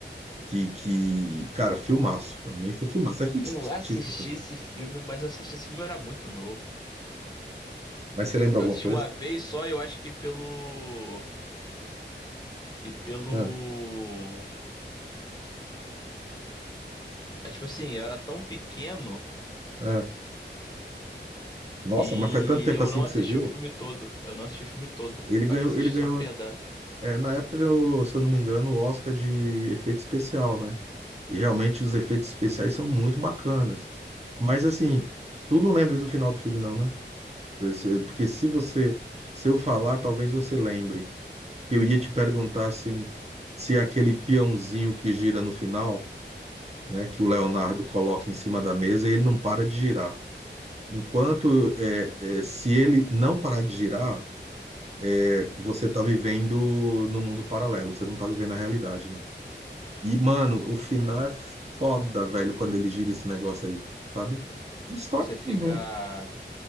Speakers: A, on the right; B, on the left.
A: que, que, cara, filmaço. Pra mim foi filmaço. É ficção
B: eu assisti
A: científica também.
B: esse filme, mas eu assisti esse filme eu era muito novo.
A: Mas você lembra alguma
B: Eu assisti
A: coisa?
B: uma vez só, eu acho que pelo e pelo
A: Ah,
B: é tipo assim, eu era tão pequeno
A: ah. Nossa,
B: e
A: mas faz tanto tempo
B: eu
A: assim
B: não
A: que
B: assisti
A: você viu?
B: o filme todo. Eu não assisti o filme todo.
A: Ele ganhou,
B: Eu acho que eu assisti
A: ele ganhou,
B: só pedaço.
A: é, na época ele ganhou, se eu não me engano, o Oscar de efeito especial, né? E realmente os efeitos especiais são muito bacanas. Mas assim, tu não lembra do final do filme, não, né? Porque se você, se eu falar, talvez você lembre. Eu ia te perguntar assim, se aquele peãozinho que gira no final, né, que o Leonardo coloca em cima da mesa, ele não para de girar. Enquanto é, é, se ele não parar de girar, é, você tá vivendo no mundo paralelo, você não tá vivendo a realidade, né? E, mano, o final é foda, velho, quando ele gira esse negócio aí, sabe? História
B: Você fica.
A: não.